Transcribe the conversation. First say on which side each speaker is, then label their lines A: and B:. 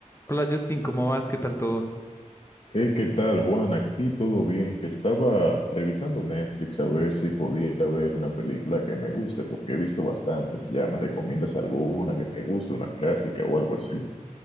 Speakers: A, on the left; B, on the left.
A: Hola Justin, ¿cómo vas? ¿Qué tal todo?
B: Hey, ¿qué tal, Juan? Aquí todo bien, que estaba revisando Netflix a ver si podía ver una película que me guste, porque he visto bastantes ya. ¿Me recomiendas alguna que te guste, una clásica o algo así?